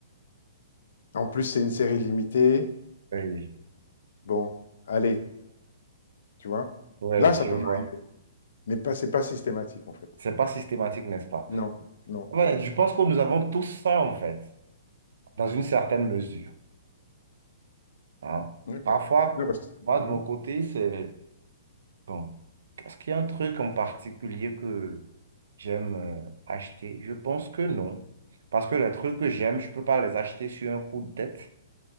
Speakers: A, on the left; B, on the right.
A: En plus, c'est une série limitée.
B: Oui,
A: Bon, allez, tu vois.
B: ouais,
A: Là, ça
B: je
A: peut
B: vois.
A: m'arriver, mais pas, c'est pas systématique, en fait.
B: C'est pas systématique, n'est-ce pas?
A: Non, non.
B: Ouais, je pense que nous avons tous ça, en fait, dans une certaine mesure. hein.
A: Ok.
B: Parfois,
A: Non, parce que,
B: moi,
A: Mhm.
B: de mon côté, c'est... Bon, est-ce qu'il y a un truc en particulier que j'aime euh, acheter? Je pense que non. Parce que les trucs que j'aime, je peux pas les acheter sur un coup de tête.